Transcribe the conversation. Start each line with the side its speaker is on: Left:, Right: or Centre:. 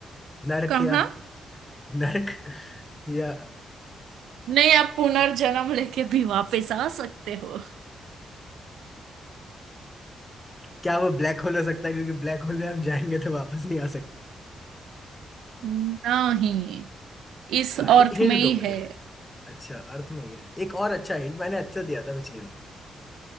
Left: नरक
Right: कहाँ
Left: या नरक <laughs> या
Right: नहीं आप पुनर्जन्म लेके भी वापस आ सकते हो
Left: क्या वो ब्लैक होल हो सकता है क्योंकि ब्लैक होल में हम जाएंगे तो वापस नहीं आ सकते
Right: नहीं इस अर्थ
Left: हिंट
Right: में ही
Left: दो मुझे
Right: है
Left: फिर अच्छा अर्थ में गया एक और अच्छा हिंट मैंने अच्छा दिया था पिछली बार